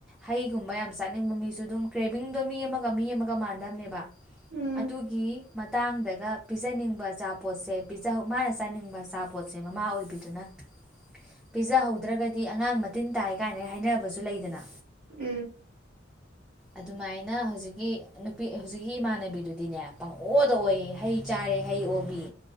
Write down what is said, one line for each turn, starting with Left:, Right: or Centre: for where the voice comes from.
Centre: ꯍꯩꯒꯨꯝꯕ ꯌꯥꯝ ꯆꯥꯅꯤꯡꯕ ꯃꯤꯁꯨ ꯑꯗꯨꯝ ꯀ꯭ꯔ ꯃꯤꯡꯗꯣ ꯃꯤ ꯑꯃꯒ ꯃꯤ ꯑꯃꯒ ꯃꯥꯟꯗꯝꯕꯅꯦꯕ
Right: ꯎꯝ
Centre: ꯑꯗꯨꯒꯤ ꯃꯇꯥꯡꯗꯒ ꯄꯤꯖꯅꯤꯡꯕ ꯑꯆꯥꯄꯣꯠꯁꯦ ꯄꯤꯖꯍꯧ ꯃꯥꯅ ꯆꯥꯅꯤꯡꯕ ꯑꯆꯥꯄꯣꯠꯁꯦ ꯃꯃꯥ ꯑꯣꯏꯕꯤꯗꯨꯅ
Right: <inaudible>
Centre: ꯄꯤꯖꯍꯧꯗ꯭ꯔꯒꯗꯤ ꯑꯉꯥꯡ ꯃꯇꯤꯟ ꯇꯥꯏ ꯀꯥꯏꯅ ꯍꯥꯏꯅꯕꯁꯨ ꯂꯩꯗꯅ
Right: ꯎꯝ
Centre: ꯑꯗꯨꯃꯥꯏꯅ ꯍꯧꯖꯤꯛꯀꯤ ꯅꯨꯄꯤ ꯍꯧꯖꯤꯛꯀꯤ ꯏꯃꯥꯟꯅꯕꯤꯗꯨꯗꯤꯅꯦ ꯄꯪꯑꯣꯗ ꯑꯣꯏꯌꯦ ꯍꯩ ꯆꯥꯔꯦ ꯍꯩ ꯑꯣꯕꯤ